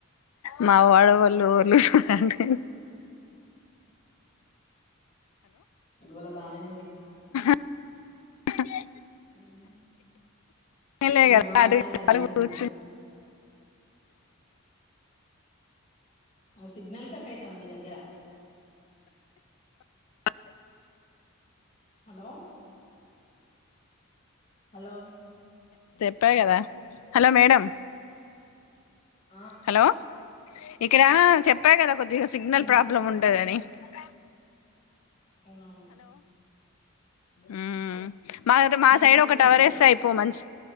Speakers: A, on the left (about 85°); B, on the left (about 35°).
A: మా వాడ వ లోలు అంటే
B: గోల బానే ఉంది
A: అ
B: మ్
A: లే కదా
B: మా వాడే
A: అటు
B: సైలెంట్గ్
A: అడుగు కూర్చు
B: ఉంది ఆ సిగ్నల్ కట్ అయితాంది నీ దగ్గర
A: అ
B: హలో హలో
A: చెప్పా కదా హలో మేడం
B: అ
A: హలో ఇక్కడ చెప్పా కదా కొద్దిగా సిగ్నల్
B: విన్
A: ప్రాబ్లమ్ ఉంటదని <unintelligible>
B: అవునవును
A: ఉమ్ మా మా
B: వినిపిస్తుంది
A: సైడ్ ఒక టవర్
B: ఇప్పుడు
A: ఎస్తే అయిపోవ్ మంచి